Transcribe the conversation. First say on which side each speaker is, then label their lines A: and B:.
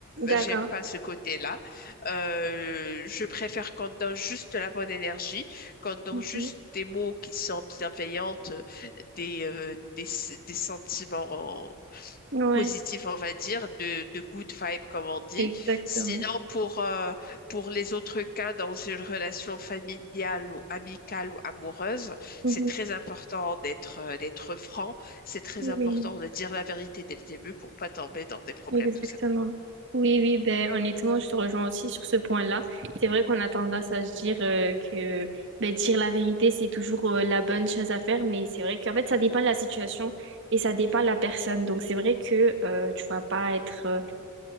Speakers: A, on the right; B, on the left.
A: D'accord.
B: J'aime pas ce côté-là. Euh, je préfère qu'on donne juste la bonne énergie quand dans
A: Mhm,
B: juste des mots qui sont bienveillantes, des, euh, des, des sentiments en-
A: Ouais,
B: positifs, on va dire, de, de good vibe, comme on dit.
A: exactement.
B: Sinon, pour, euh, pour les autres cas, dans une relation familiale ou amicale ou amoureuse,
A: Mhm,
B: c'est très important d'être euh, d'être franc. C'est très
A: Oui.
B: important de dire la vérité dès le début pour pas tomber dans des problèmes,
A: Exactement.
B: tout simplement.
A: Oui, oui, ben, honnêtement, je te rejoins aussi sur ce point-là. C'est vrai qu'on a tendance à se dire euh, que ben, dire la vérité, c'est toujours euh, la bonne chose à faire, mais c'est vrai qu'en fait, ça dépend de la situation et ça dépend de la personne. Donc, c'est vrai que euh, tu vas pas être, euh,